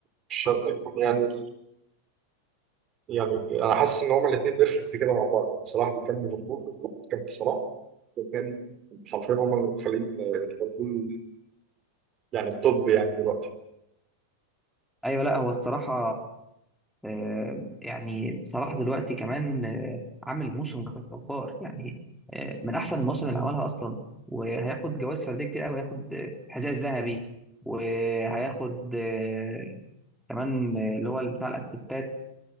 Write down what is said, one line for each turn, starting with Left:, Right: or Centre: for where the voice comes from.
Right: مش شرط يكون يعني يعني انا حاسس ان هما الاثنين بيرفكت كده مع بعض يعني صلاح بيكمل ليفربول بيكمل صلاح الاثنين حرفيا هما اللي مخلين ليفربول يعني التوب يعني دلوقتي
Centre: ايوه لا هو الصراحه آه، يعني صلاح دلوقتي كمان آه، عامل موسم جبار يعني آه، من احسن المواسم اللي عملها اصلا وهياخد جوائز فرديه كتير قوي هياخد آه، الحذاء الذهبي وهياخد آه، كمان آه، اللي هو بتاع الاسيستات